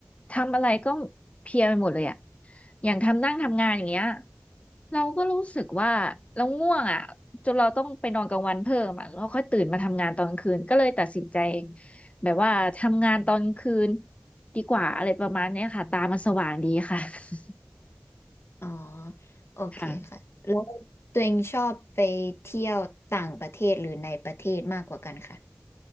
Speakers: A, on the left; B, on the left.
A: ทำอะไรก็เพลียไปหมดเลยอะอย่างทำนั่งทำงานอย่างเงี้ยเราก็รู้สึกว่าเราง่วงอะจนเราต้องไปนอนกลางวันเพิ่มอะแล้วค่อยตื่นมาทำงานตอนกลางคืนก็เลยตัดสินใจแบบว่าทำงานตอนกลางคืนดีกว่าอะไรประมาณเนี้ยค่ะตามันสว่างดีค่ะ <laughs>
B: อ๋อโอเคค่ะแล้วตัวเองชอบไปเที่ยวต่างประเทศหรือในประเทศมากกว่ากันค่ะ
A: ค่ะ